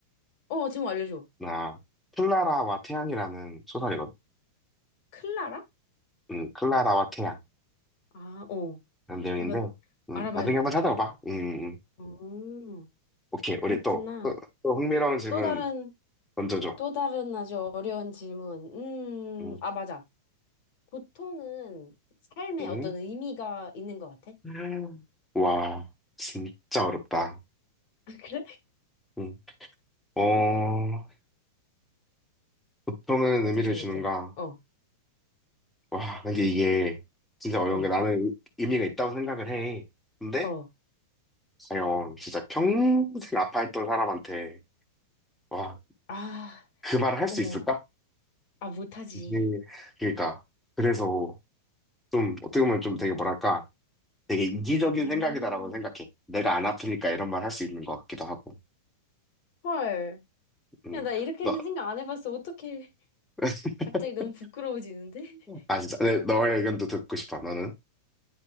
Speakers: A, on the left; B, in the centre.
A: 어, 제목 알려줘.
B: 나 클라라와 태양이라는 소설이거든.
A: 클라라?
B: 음, 클라라와 태양
A: 아, 어.
B: 이런 내용인데
A: 한번
B: 음,
A: 알아봐야겠다.
B: 나중에 한번 찾아봐봐. 음. 음.
A: 음,
B: 오케이,
A: 그렇구나.
B: 우리 또, 또, 또 흥미로운 질문
A: 또 다른
B: 던져줘.
A: 또 다른 아주 어려운 질문. 음,
B: 응.
A: 아, 맞아. 고통은 삶에
B: 응?
A: 어떤 의미가 있는 것 같아? <laughs>
B: 음. 와, 진짜 어렵다.
A: 아, 그래?
B: 응. 어, 보통은
A: 어떻게
B: 의미를
A: 생각해?
B: 주는가?
A: 어,
B: 와, 근데 이게 진짜 어려운
A: 응,
B: 게 나는 의- 의미가 있다고 생각을 해. 근데,
A: 어.
B: 과연 진짜 평생 아파했던 사람한테, 와,
A: 아,
B: 그 말을 할
A: 어머.
B: 수 있을까?
A: 아, 못하지.
B: 이게, 그러니까. 그래서 좀, 어떻게 보면 좀 되게 뭐랄까, 되게 이기적인
A: 음,
B: 생각이다라고 생각해. 내가 안 아프니까 이런 말 할 수 있는 것 같기도 하고.
A: 헐.
B: 음,
A: 야, 나 이렇게는
B: 너,
A: 생각 안 해봤어. 어떻게 <laughs>
B: <laughs>
A: 갑자기 너무 부끄러워지는데?
B: 아, 진짜. 네,
A: <laughs>
B: 너의 의견도 듣고 싶어, 너는.